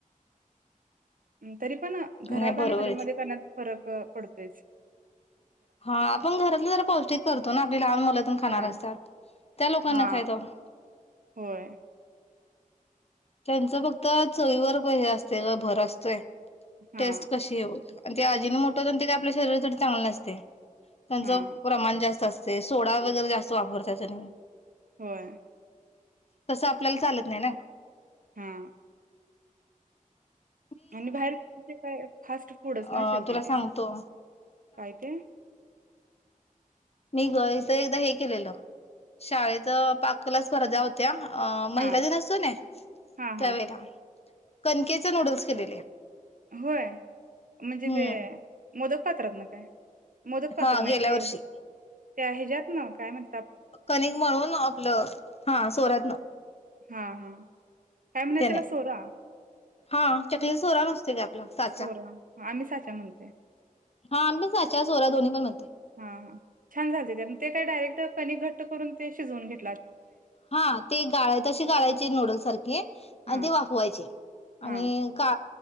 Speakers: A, on the right; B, on the left.
A: हं. तिथे पण घरात
B: नाही
A: आणि
B: बरोबर
A: हॉटेलमध्ये
B: आहे ते.
A: करण्यात फरक जातो. पडतंयचं.
B: हा आपण घरातन जरा पौस्टिक करतो न, आपली लहान मुलं पन खानारी
A: हा
B: असतात. त्या लोकांना
A: हा
B: काय तवा?
A: होय.
B: त्यांचं फक्त चवीवर भय असतंय ग भर असतंय.
A: हा
B: टेस्ट कशी येवो. आणि ते अजिनो मोटो न ते आपल्या शरीरासाठी चांगल नसतंय. त्यांच,
A: हा
B: प्रमाण जास्त असं ते सोडा वैगरे जास्त वापर त्याच्यातनी..
A: होय.
B: तसं आपल्याला चालत नाही ना?
A: हा.
B: रिकामा ऑडिओ
A: आणि बाहेर कुठे काय? फास्ट फूडच ना
B: अ
A: शेवटी
B: तुला सांगतो
A: ते. काय ते?
B: मी गाईचं एकदा हे केलेलं, शाळेच पाककलेच्या स्पर्धा होत्या ना! अं.. महिला
A: हा
B: दिन असतो कीं नाय
A: हा हा
B: तवेरा. कनकेच नूडल्स केलेले.
A: होय. म्हणजे
B: हम्म
A: ते.... मोदक पात्रात ना काय? मोदक पात्र
B: हा
A: नाही
B: गेल्या
A: ते.
B: वर्षी
A: ते ह्याच्यात ना काय म्हन
B: कनिक मळून, आपल हा, सोऱ्यात्न.
A: हा. हा. काय म्हणायचं
B: त्याने.
A: त्याला सोरा
B: हा, चकलीचा सोरा नस <unintelligible> साचा.
A: सोरा आम्ही साचा म्हणते
B: हा आम्ही पन साचाच. सोरा दोन्ही पन म्हणतंय.
A: हा. हा. छान झालतंय ते. न ते काय डायरेक्ट कनिक घट्ट करून ते शिजवून घ्या
B: हा ते गाळाय तशी गाळायचे नूडल् सारखे आणि
A: हां
B: ते वाफवायचे
A: हां
B: आणि का